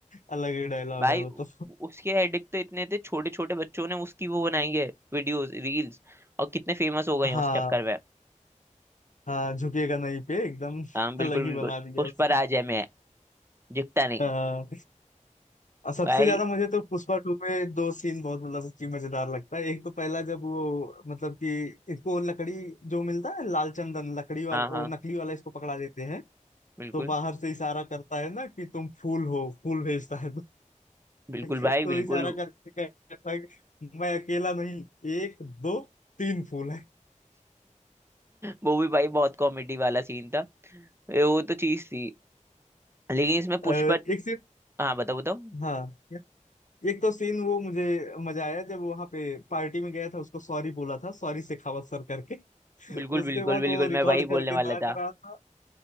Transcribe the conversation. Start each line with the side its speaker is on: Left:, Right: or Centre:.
Left: अलग ही डायलॉग
Right: भाई
Left: है वो
Right: उ-
Left: तो
Right: उसके एडिक्ट तो इतने थे छोटे छोटे बच्चों ने उसकी वो बनाई है वीडियोस रील्स और कितने फेमस हो गए
Left: <laughs>
Right: हैं
Left: हाँ
Right: उस चक्कर में
Left: हाँ झुकेगा नहीं पे एकदम
Right: हाँ बिल्कुल
Left: अलग ही
Right: बिल्कुल
Left: बना दिया
Right: उस
Left: उसको
Right: पर आ जाए दिखता नहीं
Left: हाँ और सबसे
Right: भाई
Left: ज्यादा मुझे तो पुष्पा टू में दो सीन बहुत मतलब कि मजेदार लगता है एक तो पहला जब वो मतलब कि इसको लकड़ी जो मिलता है लाल चंदन लकड़ी वाला
Right: हाँ हाँ
Left: वो नकली वाला इसको पकड़ा देते हैं
Right: बिल्कुल
Left: तो बाहर से इशारा करता है ना कि तुम फूल हो फूल भेजता है
Right: बिल्कुल
Left: <laughs>
Right: भाई
Left: तो
Right: बिल्कुल
Left: इशारा करके कहता था कि मैं अकेला नहीं एक दो तीन फूल है
Right: वो भी भाई बहुत कॉमेडी वाला सीन था ए, वो तो चीज थी लेकिन इसमें पुष्पा
Left: एक सीन
Right: हाँ बताओ बताओ
Left: हाँ एक तो सीन वो मुझे मजा आया जब वहां पे पार्टी में गया था उसको सॉरी बोला था सॉरी शेखावत सर करके <laughs>
Right: बिल्कुल
Left: उसके
Right: बिल्कुल
Left: बाद
Right: बिल्कुल
Left: वो रिकॉर्ड
Right: मैं वही
Left: करके
Right: बोलने
Left: नाच
Right: वाला था
Left: रहा था